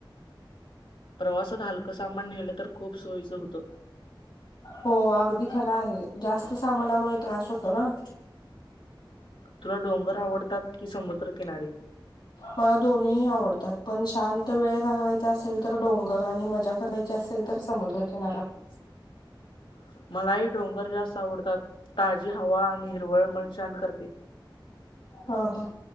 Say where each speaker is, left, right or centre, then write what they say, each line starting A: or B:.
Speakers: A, on the left; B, on the left.
A: प्रवासात हलकं सामान नेलं तर खूप सोयीचं होतं.
B: हो अगदी खरा आहे जास्त सामानामुळे त्रास होतो ना.
A: तुला डोंगर आवडतात की समुद्रकिनारी?
B: मला दोन्ही आवडतात पण शांत वेळ घालवायचा असेल तर डोंगर आणि मज्या करायची असेल तर समुद्र किनारा.
A: <unintelligible> मलाही डोंगर जास्त आवडतात ताजी हवा आणि हिरवळ मन शांत करते.
B: हा हा..